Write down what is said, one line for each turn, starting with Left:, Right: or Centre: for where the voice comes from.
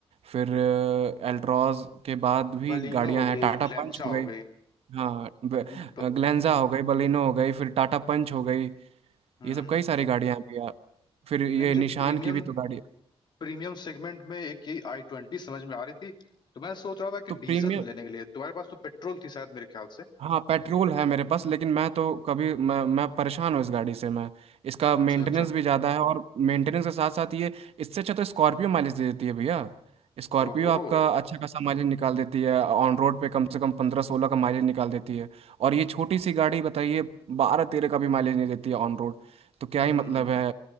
Right: फिर एल्ट्रॉज के बाद भी
Left: बलिनो
Right: गाड़ियां
Left: हो
Right: हैं
Left: गई
Right: टाटा
Left: ग्लेंचा
Right: पंच हो गई
Left: हो गई
Right: हाँ ब-
Left: ब,
Right: अ, ग्लेंजा हो गई बलिनो हो गई फिर टाटा पंच हो गई
Left: हम्म
Right: ये सब कई सारी गाड़ियां हैं भैया फिर ये
Left: नहीं मुझे
Right: निशान
Left: प्रीमियम
Right: की भी तो गाड़ी
Left: प्रीमियम सेगमेंट में एक यही आई ट्वेंटी समझ में आ रही थी तो मैं सोच रहा था कि
Right: तो प्रीमियम
Left: डीजल में लेने के लिए तुम्हारे पास तो पेट्रोल थी शायद मेरे ख्याल से
Right: हाँ पेट्रोल है मेरे पास लेकिन मैं तो कभी मैं मैं परेशान हूँ इस गाड़ी से मैं इसका मेंटेनेंस
Left: अच्छा अच्छा
Right: भी ज़्यादा है और मेंटेनेंस के साथ साथ ये इससे अच्छा तो स्कॉर्पियो माइलेज दे देती है भैया स्कॉर्पियो
Left: ओहो
Right: आपका अच्छा खासा माइलेज निकाल देती है ऑन रोड पे कम से कम पंद्रह सोलह का माइलेज निकाल देती है और ये छोटी सी गाड़ी बताइए बारह तेरह का भी माइलेज नहीं देती है ऑन रोड तो क्या
Left: हम्म
Right: ही मतलब है